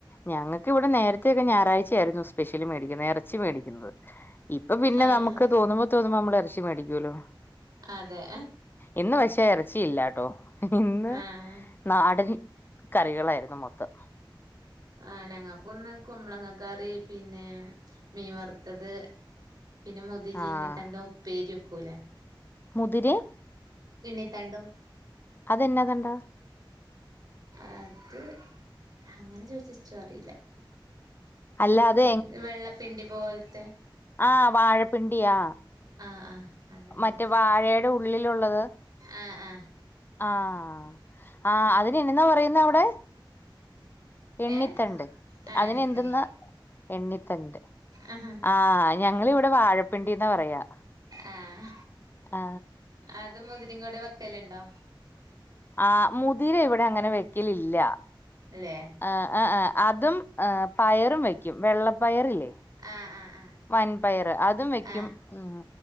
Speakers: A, on the left (about 25°); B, on the right (about 50°).
A: ഞങ്ങൾക്ക് ഇവിടെ നേരത്തെൊക്കെ ഞായറാഴ്ചയായിരുന്നു സ്പെഷ്യലി മേടിക്കുന്നത് ഇറച്ചി മേടിക്കുന്നത്. ഇപ്പൊ പിന്നെ
B: ആഹ്
A: നമുക്ക്
B: ആഹ്
A: തോന്നുമ്പോ തോന്ന്പോ നമ്മൾ ഇറ മേടിക്കൂലോ,
B: അതെ
A: ഇന്ന് പക്ഷേ ഇറച്ചിയില്ലാട്ടോ. ഇന്ന്
B: ആഹ്
A: നാടൻ കറികളായിരുന്നു മൊത്തം.
B: ആ ഞങ്ങൾക്കൊന്ന് കുമ്മളങ്ങക്കറി, പിന്നെ മീൻ വറുത്തത്. പിന്നെ മോദിജി
A: ആഹ്
B: എന്നീ തണ്ട ഉപ്പേരി വെക്കൂലേ!
A: മുതിരെ?
B: തെണ്ണിത്താണ്ടം
A: അതന്നെതുണ്ടാ
B: അത് അങ്ങനെ ചോയ്ച്ച ഇച്ചു അറീല.
A: അല്ല അത്
B: അങ്ങനെ വെള്ളപ്പിണ്ടി പോൽത്തെ
A: ആഹ് വാഴപ്പിണ്ടിയാ
B: ആഹ് ആഹ് അതെ അങ്ങനത്തെ
A: മറ്റേ വാഴയുടെ ഉള്ളിലുള്ളത്.
B: ആഹ് ആഹ്
A: ആഹ് ആഹ് അതിന് എന്നെന്ന പറയുന്ന അവിടെ? എണ്ണിത്തണ്ട്
B: ഏഹ് ആഹ്
A: അതിനെ
B: എണ്ണിത്തണ്ട്
A: എന്തെന്ന എണ്ണിത്തണ്ട്
B: ആഹ്
A: ആ ഞങ്ങള് ഇവിടെ വാഴപ്പിണ്ടിന്ന പറയാ.
B: ആഹ്
A: ആ
B: അത് മുതിരിം കൂടെ വക്കലുണ്ടോ?
A: ആഹ് മുതിര ഇവിടെ അങ്ങനെ വെക്കലില്ല.
B: ല്ലേ
A: ആഹ് ആഹ് ആഹ് അതും ഏഹ് പയറും വയ്ക്കും വെള്ളപ്പയറില്ലേ.
B: ആഹ് ആഹ് ആഹ്
A: വൻപയറ് അതും വെക്കും
B: ആഹ്
A: ഉം